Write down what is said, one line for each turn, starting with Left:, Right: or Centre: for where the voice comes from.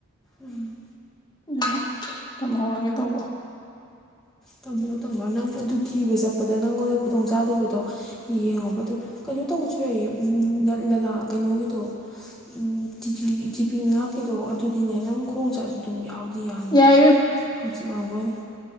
Centre: ꯎꯝ꯫
Left: ꯑꯗꯨ ꯇꯝꯍꯧꯔꯒꯦ ꯇꯧꯕ꯫
Centre: ꯇꯝꯃꯣ ꯇꯝꯃꯣ ꯅꯪ ꯑꯗꯨ ꯊꯤꯕ ꯆꯠꯄꯗ ꯅꯪꯉꯣꯟꯗ ꯈꯨꯗꯣꯡ ꯆꯥꯗꯕꯗꯣ ꯌꯦꯡꯉꯣꯕ ꯑꯗꯨ ꯀꯩꯅꯣ ꯇꯧꯕꯁꯨ ꯌꯥꯏꯌꯦ ꯎꯝ ꯂꯂꯥ ꯀꯩꯅꯣꯒꯤꯗꯣ ꯎꯝ ꯇꯤꯖꯤ ꯖꯤꯄꯤ ꯃꯅꯥꯛꯀꯤꯗꯣ ꯑꯗꯨꯗꯤꯅꯦ ꯅꯪ ꯈꯣꯡ ꯆꯠꯂꯁꯨ ꯑꯗꯨꯝ ꯌꯥꯕꯨꯗꯤ ꯌꯥꯅꯤ
Left: ꯌꯥꯏ
Centre: ꯍꯪꯆꯤꯛ ꯂꯥꯡꯕ ꯑꯣꯏꯅ꯫